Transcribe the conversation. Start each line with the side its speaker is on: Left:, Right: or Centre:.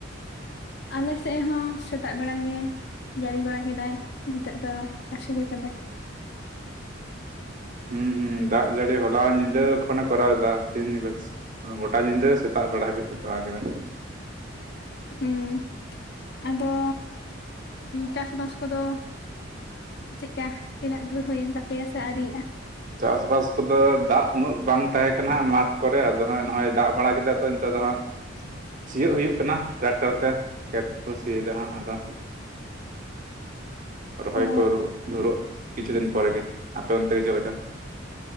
Left: ᱟᱞᱮ ᱥᱮᱫ ᱦᱚᱸ, ᱥᱮᱛᱟᱜ ᱵᱮᱲᱟ ᱜᱮ, ᱡᱟᱹᱲᱤ ᱵᱟᱲᱟ ᱠᱮᱫᱟᱭ, ᱱᱤᱛᱚᱜ ᱫᱚ ᱟᱹᱥᱩᱲ ᱟᱠᱟᱫᱟᱭ ᱾
Right: ᱦᱩᱸ ᱦᱩᱸ ᱫᱟᱜ ᱡᱟᱹᱲᱤ, ᱦᱚᱞᱟ ᱧᱤᱫᱟᱹ ᱠᱷᱚᱱᱮ, ᱠᱚᱨᱟᱣ ᱮᱫᱟ, ᱛᱤᱦᱤᱧ ᱵᱟᱹᱥ ᱜᱚᱴᱟ ᱧᱤᱫᱟᱹ, ᱥᱮᱛᱟᱜ ᱵᱮᱲᱟ ᱦᱟᱹᱵᱤᱡ ᱛᱮ, ᱯᱟᱲᱟᱣ ᱠᱮᱫᱟ ᱾
Left: ᱩᱸᱻ, ᱟᱫᱚ, ᱪᱟᱥᱵᱟᱥ ᱠᱚᱫᱚ ᱪᱮᱫᱼᱠᱟ, ᱛᱤᱱᱟᱹᱜ ᱫᱩᱨ ᱦᱩᱭᱮᱱ ᱛᱟᱯᱮᱭᱟ, ᱥᱮ ᱟᱹᱣᱨᱤᱭᱟᱜᱼᱟ?
Right: ᱪᱟᱥᱵᱟᱥ ᱠᱚᱫᱚ, ᱫᱟᱜ ᱩᱱᱟᱹᱜ ᱵᱟᱝ ᱛᱟᱦᱮᱸ ᱠᱟᱱᱟ, ᱢᱟᱴᱷ ᱠᱚᱨᱮ, ᱟᱫᱚ ᱦᱟᱸᱜ, ᱱᱚᱜᱼᱚᱭ ᱫᱟᱜ ᱵᱟᱲᱟ ᱠᱮᱫᱟ ᱾ ᱛᱚ, ᱱᱮᱛᱚᱜ ᱫᱚ ᱦᱟᱸᱜ,
Left: ᱪᱤᱨᱼᱜ
Right: ᱥᱤᱭᱳᱜ ᱦᱩᱭᱩᱜ ᱠᱟᱱᱟ ᱴᱨᱟᱠᱴᱟᱨ ᱛᱮ ᱠᱷᱮᱛ ᱠᱚ ᱥᱤᱭᱮᱫᱟ ᱦᱟᱜ ᱟᱫᱚ ᱨᱚᱦᱚᱭ
Left: ᱚ
Right: ᱠᱚ ᱫᱷᱩᱨᱟᱹᱜ ᱠᱤᱪᱷᱩ ᱫᱤᱱ ᱯᱚᱨᱮ ᱜᱮ ᱟᱯᱮ ᱚᱱᱛᱮᱜ ᱪᱮᱫ ᱞᱮᱠᱟ